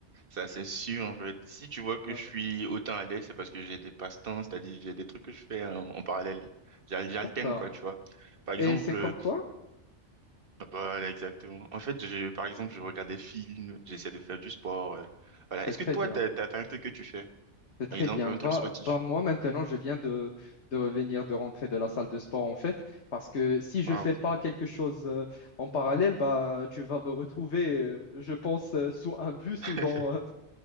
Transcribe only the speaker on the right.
ça, c'est sûr, en fait. Si tu vois que
je suis autant à l'aise, c'est parce que j'ai des passe-temps, c'est-à-dire j'ai des trucs que je fais en, en parallèle. J'al- J'alterne,
quoi, tu vois. Par
exemple,
euh,
voilà, exactement. En fait, je, par exemple, je regarde des films, j'essaie de faire du sport. euh, voilà.
Est-ce
que toi,
t'as, t'as, t'as un truc que tu fais?
Par exemple,
un truc
sportif.
Waouh.
<laughs>